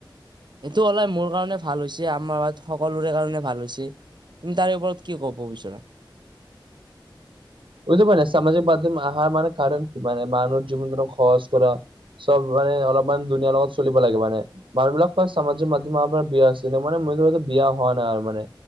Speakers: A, on the right; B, on the right.
A: এইটো ওলাই মোৰ কাৰণে ভাল হৈছে, আমাৰ সকলোৰে কাৰণে ভাল হৈছে। তুমি তাৰে ওপৰত কি ক'ব বিচৰা?
B: বুজি পোৱা নে, সামাজিক মাধ্যম অহাৰ মানে কাৰণ কি? মানে, মানুহৰ জীৱনটো সহজ কৰা চব মানে অলপমান দুনিয়াৰ লগত চলিব লাগে মানে। মানুহবিলাক কয় সামাজিক মাধ্যমৰ পৰা বিয়া আছিলে মানে <unintelligible> বিয়া হোৱা নাই আৰু মানে।